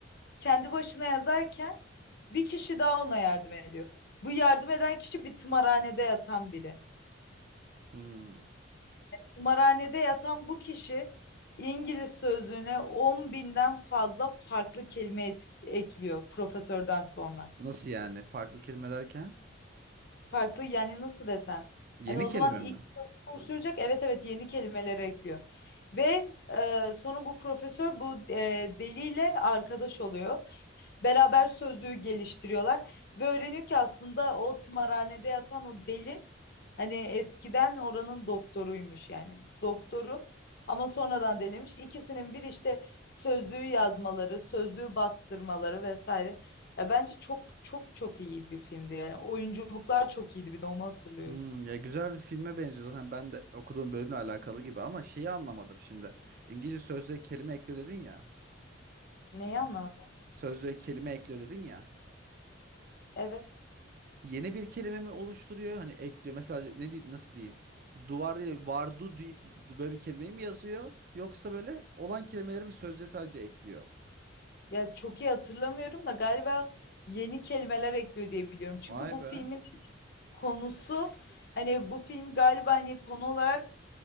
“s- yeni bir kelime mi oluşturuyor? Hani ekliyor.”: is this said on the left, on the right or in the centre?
Right